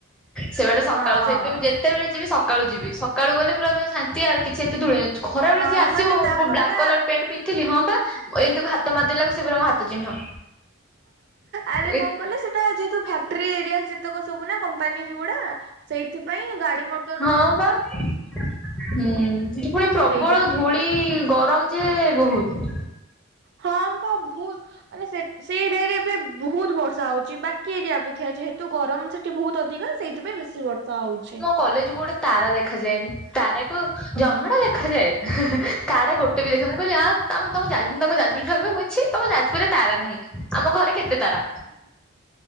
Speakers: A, in the centre; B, on the right.
A: ସେ ବାଟା ସକାଳୁ
B: ହଁ।
A: ସେଇଥିପାଇଁ ଆମ ଯେତ ତେବେଳେ ଯିବି ସକାଳୁ ଯିବି ସକାଳୁ ଗଲେ ପୁରା ଶାନ୍ତି ଆ କିଛି ଏତେ ଧୂଳେଇନ ଖରା ବେଳେ
B: ହଁ
A: ଯିଏ ଆସିବ
B: ମାନେ ତା ପରଟା
A: ବ୍ଲାକ୍ କଲର ପ୍ୟାଣ୍ଟ। ପିନ୍ଧଥିଲି ହଁ ବା ଏମିତିକୁ ହାତ ମାରଦେଲାକୁ ସେପ ଆମ ହାତ ଚିହ୍ନ।
B: ଆରେ
A: ଏ
B: କଣ କଲେ ସେଟା ଯେହତୁ ଫ। ଟ୍ରି ଏରିଆ ଯେତକ ସବୁ ନା କମ୍ପାନୀ ଗୁଡା ସେଇଥିପାଇଁ ଗାଡି ମଟ।
A: ହଁ ବା ହଁ ସେ ପୁଣି ପ୍ରବଳ
B: ସେଇଠି
A: ଧୂଳି। ଗରମ ଯେ ବହୁତ।
B: ହଁ ତ ବହୁତ। ମାନେ ସେଇ ଏରିଆରେ ଏବେ ବହୁତ ବର୍ଷା ହଉଛି ବାକି ଏରିଆ ଅପେକ୍ଷା ଅଛି ଯେତୁ ଗରମ ସେ ବହୁତ ଅଧିକା ସେଇଥିପାଇଁ ବେଶୀ ବର୍ଷା ହଉଛି।
A: କଲେଜ କୁ ଗୋଟେ ତାରା ଦେଖାଯାଏନି ତାରାକୁ ଜହ୍ନ ଟା ଦେଖାଯାଏ। ତାରା ଗୋଟେ ବି ଦେଖା ମୁ କହିଲିବା ତମ ତମ ଯାପୁର ତା ଯାଜପୁର ରେଛି ତମାପୁରରେ ତାର ନାହିଁ। ଆମ ଘରେ କେତେ ତାରା